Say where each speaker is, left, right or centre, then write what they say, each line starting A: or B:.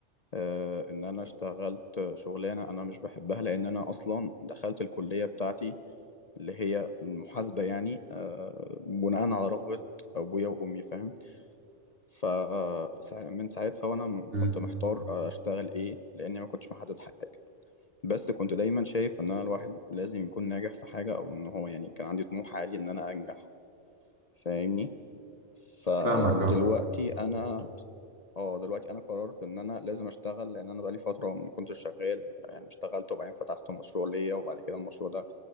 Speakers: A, on the left; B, on the right.
A: أه، ان انا اشتغلت شغلانه انا مش بحبها لان انا اصلا دخلت الكليه بتاعتي اللي هي محاسبه يعني أه، بناء على رغبه ابويا وامي فاهم ف ساع- من ساعتها وانا م-
B: مم.
A: كنت محتار اشتغل ايه لاني ما كنتش محدد حاجه بس كنت دايما شايف ان انا الواحد لازم يكون ناجح في حاجه او ان هو يعني كان عندي طموح عالي ان انا انجح فاهمني فدلوقتي
B: فاهمك اه
A: انا اه دلوقتي انا قررت ان انا لازم اشتغل لان انا بقالي فتره ما كنتش شغال يعني اشتغلت وبعدين فتحت مشروع ليا وبعد كده المشروع ده